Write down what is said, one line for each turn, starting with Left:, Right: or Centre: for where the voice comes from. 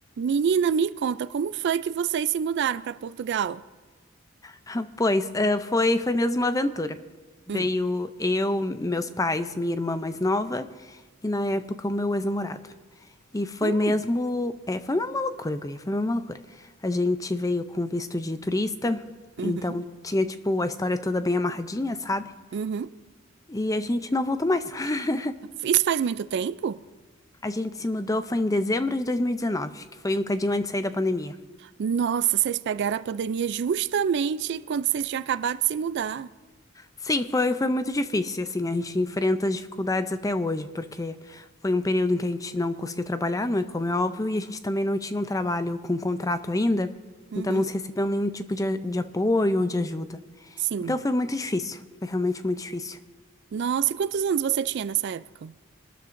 Right: Menina, me conta, como foi que vocês se mudaram para Portugal?
Left: <laughs> Pois, eh, foi, foi mesmo uma aventura. Veio
Right: Hum.
Left: eu, meus pais, minha irmã mais nova e na época o meu ex-namorado. E foi
Right: Hum.
Left: mesmo, é, foi uma loucura, guria, foi uma loucura. A gente veio com visto de turista, então
Right: Uhum.
Left: tinha tipo a história toda bem amarradinha, sabe?
Right: Uhum.
Left: E a gente não voltou mais. <laughs>
Right: Isso faz muito tempo?
Left: A gente se mudou foi em dezembro de 2019, que foi um cadinho antes de sair da pandemia.
Right: Nossa, vocês pegaram a pandemia justamente quando vocês tinham acabado de se mudar.
Left: Sim, foi, foi muito difícil, assim, a gente enfrenta as dificuldades até hoje, porque foi um período em que a gente não conseguiu trabalhar, não é como é óbvio, e a gente também não tinha um trabalho com contrato ainda,
Right: Uhum.
Left: então não se recebeu nenhum tipo de, a- de apoio ou de ajuda.
Right: Sim.
Left: Então foi muito difícil, foi realmente muito difícil.
Right: Nossa, e quantos anos você tinha nessa época?